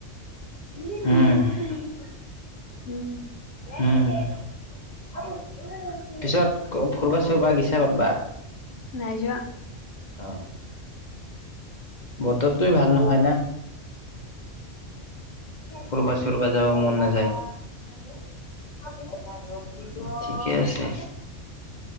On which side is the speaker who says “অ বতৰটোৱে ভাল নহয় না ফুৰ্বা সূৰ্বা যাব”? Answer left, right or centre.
Left